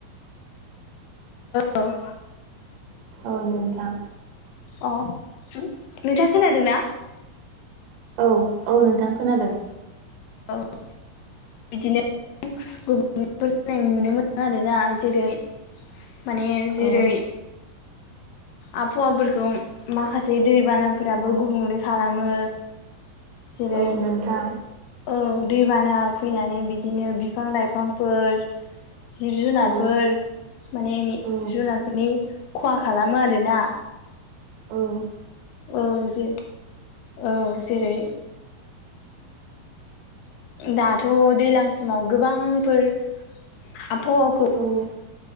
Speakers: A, on the left (about 75°); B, on the right (about 85°).
A: औ
B: औ नोंथां
A: अ नोंथाङा खोनादों ना
B: औ औ नोंथां खोनादों
A: औ बिदिनो गुबुंलेफोर जानाय नुनो मोनो आरोना जेरै माने जेरै
B: औ
A: आबहावाफोरखौ माखासे दैबानाफोराबो
B: औ
A: गुबुंले खालामो जेरै
B: औ नोंथां
A: औ दैबाना फैनानै बिदिनो बिफां लाइफांफोर जिब जुनारफोर
B: औ
A: माने जिब
B: औ
A: जुनारफोरनि खहा खालामो आरोना
B: औ
A: औ जे औ जेरै दाथ' दैलां समाव गोबांफोर आबहावाखौ
B: औ